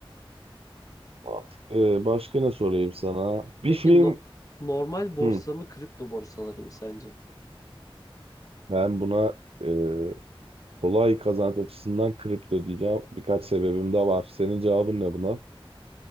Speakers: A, on the right; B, on the left.
A: Mantıklı. Ee, başka ne sorayım sana? Bir
B: Peki
A: film
B: no- normal borsa
A: Hı,
B: mı kripto borsaları mı sence?
A: ben buna e, kolay kazanç açısından kripto diyeceğim. Birkaç sebebim de var. Senin cevabın ne buna?